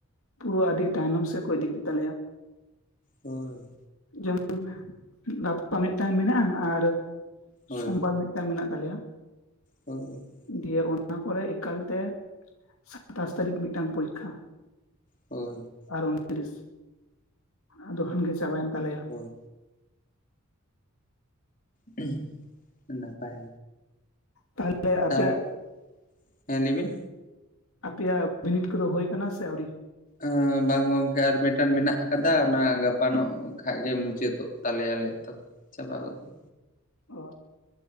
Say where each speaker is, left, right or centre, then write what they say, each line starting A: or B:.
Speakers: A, on the left (about 70°); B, on the left (about 35°).
A: ᱯᱩᱨᱟᱹ ᱟᱹᱰᱤ ᱛᱟᱭᱱᱚᱢ ᱥᱮᱫ ᱠᱚ ᱤᱫᱤ ᱠᱮᱫ ᱛᱟᱞᱮᱭᱟ
B: ᱦᱳᱭ
A: ᱡᱮᱢᱚᱱ ᱜᱟᱯᱟ ᱢᱤᱫᱴᱟᱝ ᱢᱮᱱᱟᱜᱼᱟ ᱟᱨ ᱥᱳᱢᱵᱟᱨ
B: ᱦᱳᱭ
A: ᱢᱤᱫᱴᱟᱝ ᱢᱮᱱᱟᱜ ᱛᱟᱞᱮᱭᱟ
B: ᱦᱳᱭ
A: ᱫᱤᱭᱮ ᱚᱱᱟ ᱯᱚᱨᱮ ᱮᱠᱟᱞᱛᱮ ᱥᱟᱛᱟᱥ ᱛᱟᱹᱨᱤᱠᱷ ᱢᱤᱫᱴᱟᱝ ᱯᱚᱨᱤᱠᱷᱟ
B: ᱦᱳᱭ
A: ᱟᱨ ᱩᱱᱛᱨᱤᱥ ᱟᱫᱚ ᱠᱷᱟᱱᱜᱮ ᱪᱟᱵᱟᱭᱮᱱ ᱛᱟᱞᱮᱭᱟ
B: ᱦᱳᱭ <unintelligible> ᱱᱟᱯᱟᱭ
A: ᱛᱟᱦᱚᱞᱮ
B: <unintelligible>
A: ᱟᱯᱮᱭᱟᱜ
B: ᱦᱮᱸ ᱞᱟᱹᱭ ᱵᱤᱱ
A: ᱟᱯᱮᱭᱟᱜ ᱵᱤᱱᱤᱴ ᱠᱚᱫᱚ ᱦᱩᱭ ᱠᱟᱱᱟ ᱥᱮ ᱟᱹᱣᱨᱤ
B: ᱮ ᱵᱟᱝ ᱜᱚᱝᱠᱮ ᱟᱨ ᱢᱤᱫᱴᱟᱝ ᱢᱮᱱᱟᱜ ᱟᱠᱟᱫᱟ ᱚᱱᱟ ᱜᱟᱯᱟ ᱱᱚᱜ ᱠᱷᱟᱜ ᱜᱮ ᱢᱩᱪᱟᱹᱫᱚᱜ ᱛᱟᱞᱮᱭᱟ ᱟᱞᱮᱭᱟᱜ ᱛᱚ ᱪᱟᱵᱟ ᱜᱚᱫᱚᱼᱟ
A: ᱚ